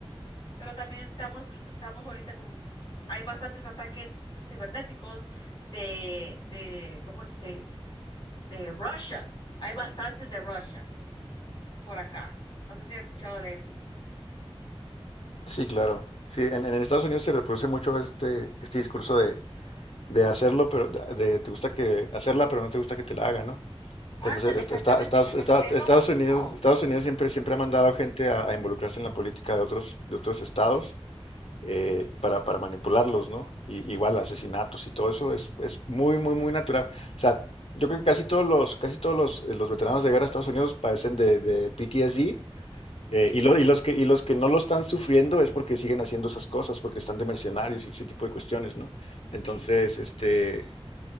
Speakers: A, on the left (about 45°); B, on the left (about 70°).
A: Pero también estamos, estamos ahorita como, hay bastantes ataques cibernéticos de, de, ¿cómo se dice? De Rusia Hay bastantes de Rusia por acá. No sé si has escuchado de eso.
B: sí, claro. Sí, en, en Estados Unidos se reproduce mucho este, este discurso de, de hacerlo, pero de, de- te gusta que hacerla, pero no te gusta que te la hagan, ¿no?
A: Ándale,
B: Pero, pues, est-
A: exactamente,
B: está- Estados,
A: exactamente,
B: Estados-
A: es
B: Estados
A: lo mismo.
B: Unidos, Estados Unidos siempre, siempre ha mandado gente a, a involucrarse en la política de otros, de otros estados eh, para, para manipularlos, ¿no? Y, igual asesinatos y todo eso es, es muy, muy, muy natural. O sea, yo creo que casi todos los, casi todos los, eh, los veteranos de guerra de Estados Unidos padecen de, de PTSD. eh,
A: Sí,
B: y, lo- y los que, y los que no lo están sufriendo es porque siguen haciendo esas cosas, porque están de mercenarios y ese tipo de cuestiones, ¿no? Entonces,
A: sí,
B: este,